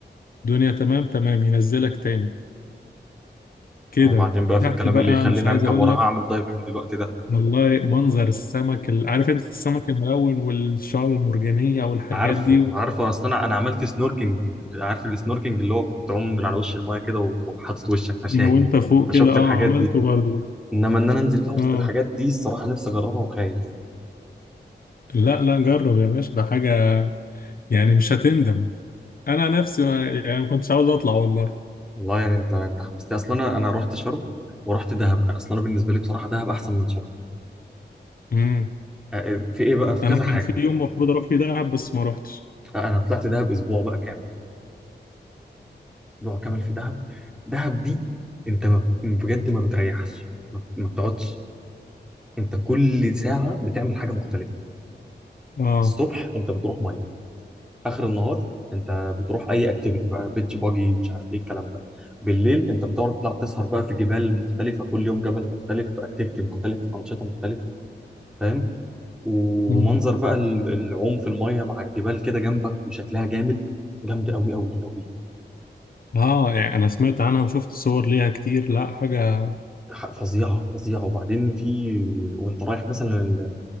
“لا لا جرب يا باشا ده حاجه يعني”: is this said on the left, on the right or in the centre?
Left